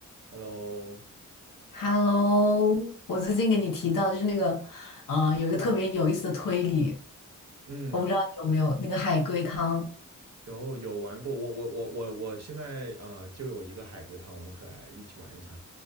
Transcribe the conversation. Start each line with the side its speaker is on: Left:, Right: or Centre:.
Right: Hello，
Left: Hello，我最近给你提到就是那个，呃，有一个特别有意思的推理，
Right: 嗯，
Left: 我不知道你有没有那个海龟汤。
Right: 有有玩过，我我我我我现在啊、呃就有一个海龟汤，我们可来一起玩一下。